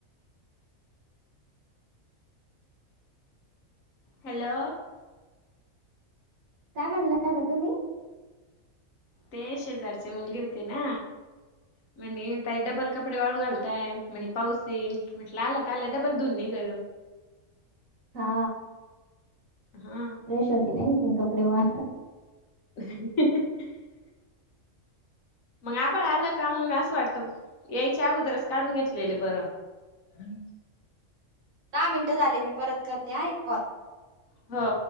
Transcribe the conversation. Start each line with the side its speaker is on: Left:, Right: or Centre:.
Left: हॅलो!
Right: काय म्हणल्या तुम्ही
Left: ते शेजारची मुलगी होती ना म्हणे काही डबल कपडे वाळू घालताय म्हणे पावस इन म्हटलं आलं तर आला डबल धून निघलं
Right: हा
Left: हा
Right: फ्रेश होती नाही की कपडे वा
Left: <unintelligible> मग आभाळ आला का मग असं वाटत यायच्या अगोदरच काढून घेतलेले बरं हम्
Right: दहा मिनटं झाले मी परत करते हं एक कॉल
Left: हा